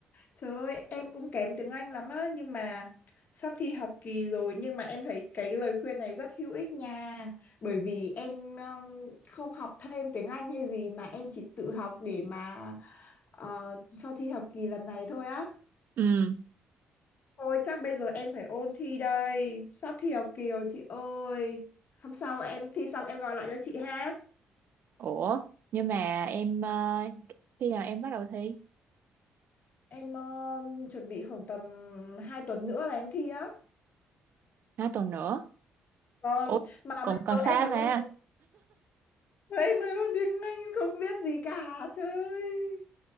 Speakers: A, on the left; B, on the right.
A: Trời ơi, em cũng kém tiếng Anh lắm á, nhưng mà sắp thi học kỳ rồi, nhưng mà em thấy cái lời khuyên này rất hữu ích nha. Bởi vì em ừm, không học thêm tiếng Anh hay gì mà em chỉ tự học để mà ờ, cho thi học kỳ lần này thôi á.
B: ừ
A: Thôi chắc bây giờ em phải ôn thi đây, sắp thi học kỳ rồi chị ơi. Hôm sau em thi xong em gọi lại cho chị ha.
B: ủa nhưng mà em ờ, khi nào em bắt đầu thi
A: Em ừm, chuẩn bị khoảng tầm 2 tuần nữa là em thi á.
B: nó tuần nữa
A: Vâng,
B: Ủa,
A: mà bây
B: còn còn
A: giờ
B: xa
A: em mới
B: mà
A: ôn Đây mấy môn tiếng Anh em không biết gì cả trời ơi.